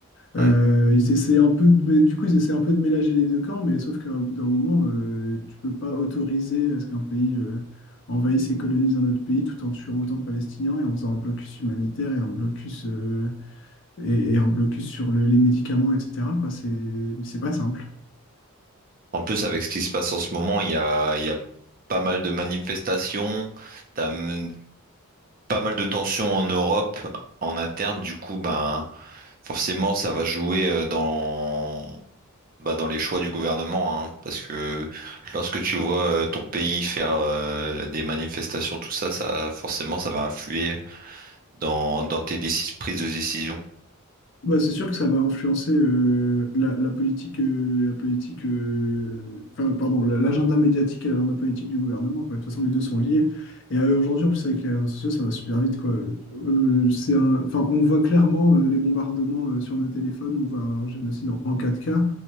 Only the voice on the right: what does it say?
Ouais.
En plus, avec ce qui se passe en ce moment, il y a, il y a pas mal de manifestations, t'as hum, pas mal de tensions en Europe, en interne. Du coup, ben, forcément, ça va jouer euh, dans, bah, dans les choix du gouvernement, hein, parce que lorsque tu vois euh, ton pays faire euh, des manifestations, tout ça, ça, forcément, ça va influer dans, dans tes décis- prises de décision.